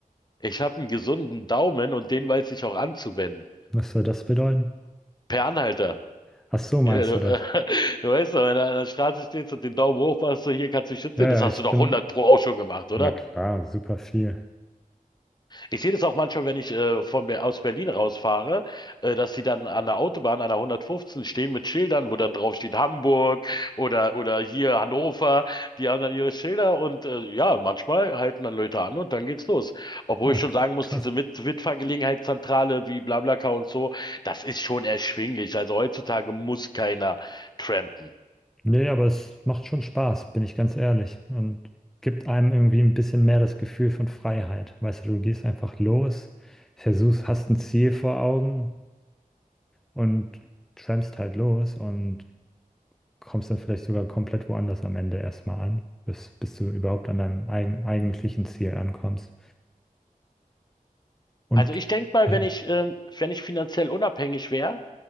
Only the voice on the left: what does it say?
Ich habe einen gesunden Daumen und den weiß ich auch anzuwenden.
Per Anhalter.
Ja, du,
äh, <laughs> du weißt doch, wenn du an der Straße stehst und den Daumen hoch machst, so hier kannst du dich schützen.
Das
hast
du doch
100 Pro auch schon gemacht, oder?
Ich sehe das auch manchmal, wenn ich äh, von, Ber- aus Berlin rausfahre, äh, dass sie dann an der Autobahn, an der 115 stehen mit Schildern, wo dann drauf steht Hamburg oder, oder hier Hannover. Die haben dann ihre Schilder und äh, ja, manchmal halten dann Leute an und dann geht's los. Obwohl
ich schon
sagen muss,
diese Mit Mitfahrgelegenheitszentrale wie BlaBlaCar und so, das ist schon erschwinglich. Also heutzutage muss keiner trampen.
Also ich denke mal,
wenn ich, ähm, wenn ich finanziell unabhängig wäre,